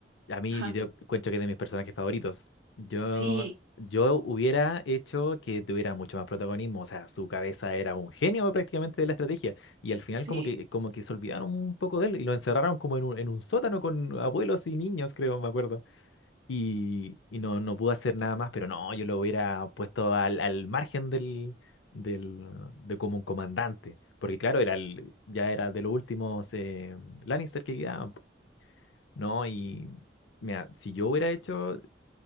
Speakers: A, on the left; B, on the right.
A: a mí
B: Ajá,
A: yo cuento que es de mis personajes favoritos. Yo,
B: sí,
A: yo hubiera hecho que tuviera mucho más protagonismo, o sea, su cabeza era un genio prácticamente de la estrategia, y al final
B: sí.
A: como que, como que se olvidaron un poco de él y lo encerraron como en un, en un sótano con abuelos y niños, creo, me acuerdo y, y no, no pude hacer nada más, pero no, yo lo hubiera puesto al, al margen del, del, de como un comandante, porque claro, era el- ya era de los últimos eh, Lannister que quedaban, po. ¿no? Y mira, si yo hubiera hecho,